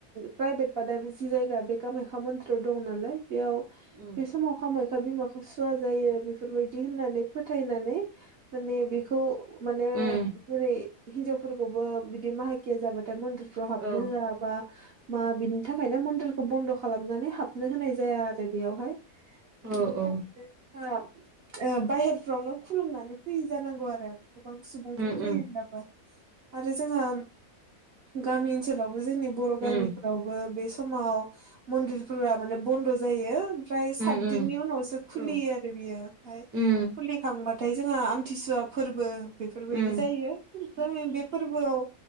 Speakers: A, on the right; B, on the right.
A: प्राइभेट फाद जि जायगा बे कामायखा मन्दिराव दं नालाय बेयाव
B: उम
A: बे समाव खामाखया बिमाखौ सुवा जायो बेफोरबायदि होननानै फोथाय बोनानै माने बेखौ माने
B: उम
A: बोरै हिनजावफोरखौबो बिदि बाहाय जाबाथाय मन्दिरफ्राव हाबनो
B: औ
A: होआ बा मा बिनि थाखायनो मन्दिरखौ बन्द' खालामनानै हाब नो होनाय जाया आरो बेयावहाय
B: औ
A: बिनि थाखायनो ओ बाहेरफ्रावनो खुलुमनानै फैयो जानांगौ आरो गोबां सुबुंफोर
B: उम
A: फैयोब्लाबो
B: उम
A: आरो जोंहा गामि ओनसोलाव जोंनि बर'
B: उम
A: गामिफ्राव बे समाव मन्दिर फोराबो बन्द' जायो ओमफ्राय
B: उम
A: सातदिननि
B: उम
A: उनावसो खुलियो
B: उम
A: आरो बियो ओमफाय
B: उम
A: खुलि फैखांबाथाय जोंहा आमथिसुवा फोरबो बेफोरबायदि
B: उम उम
A: जायो ओमफ्राय बे फोरबोआव